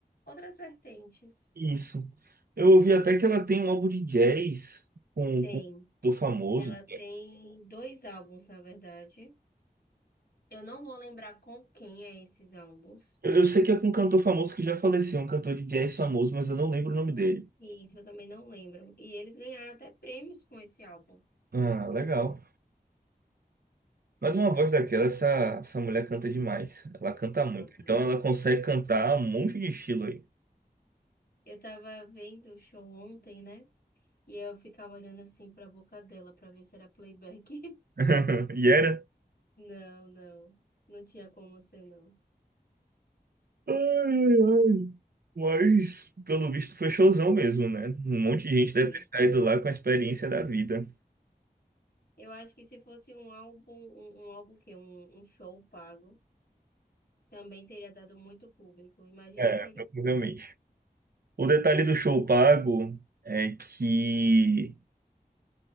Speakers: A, on the left; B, on the right.
A: Outras vertentes.
B: Isso. Eu ouvi até que ela tem um álbum de jazz com,
A: Tem.
B: com um cantor famoso.
A: Ela tem dois álbuns, na verdade. Eu não vou lembrar com quem é esses álbuns.
B: Eu, eu sei que é com um cantor famoso que já faleceu, um cantor de jazz famoso, mas eu não lembro o nome dele.
A: E isso eu também não lembro. E eles ganharam até prêmios com esse álbum.
B: Ah, legal. Mas uma voz daquela, essa, essa mulher canta demais. Ela canta muito.
A: Nota.
B: Então ela consegue cantar um monte de estilo aí.
A: Eu tava vendo o show ontem, né? E aí eu ficava olhando assim pra boca dela pra ver se era playback.
B: <laughs> E era.
A: <laughs> Não, não. Não tinha como ser, não.
B: Ai, ai. Mas, pelo visto, foi showzão mesmo, né? Um monte de gente
A: Foi.
B: deve ter saído lá com a experiência da vida.
A: Eu acho que se fosse um álbum, um, um álbum que um, um show pago, também teria dado muito público. Imagine
B: É,
A: um show
B: provavelmente.
A: de dança.
B: O detalhe do show pago é que